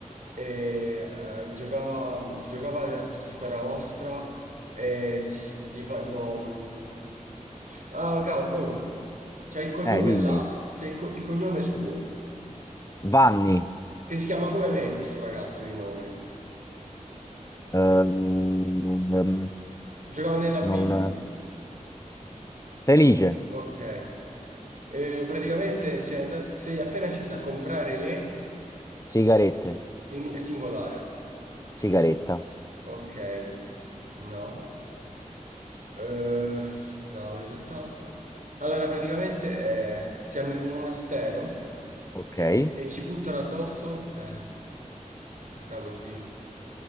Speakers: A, on the right; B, on the left.
A: e, eh, giocava, giocava nella stessa squadra vostra e ci- gli fanno... Ah, cavolo, oh, c'è il cognome
B: Eh, dimmi.
A: là, c'è il, co- il cognome suo,
B: Vanni.
A: che si chiama come me questo ragazzo di nome.
B: Ehm, ehm,
A: Giocava nell'Abizzo.
B: non... Felice.
A: Ok. Eh, praticamente sei andat- sei appena sceso a comprare le
B: Sigarette,
A: in singolare.
B: sigaretta,
A: Ok. No. Eh, f- no, in realtà. Allora, praticamente eh, siamo in un monastero
B: ok.
A: e,
B: E
A: e ci buttano addosso. Eh, no, per finire.